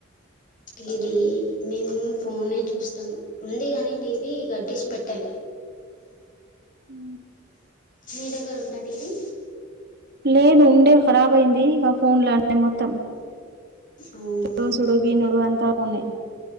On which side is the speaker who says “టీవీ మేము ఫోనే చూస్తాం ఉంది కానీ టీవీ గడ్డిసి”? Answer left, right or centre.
Left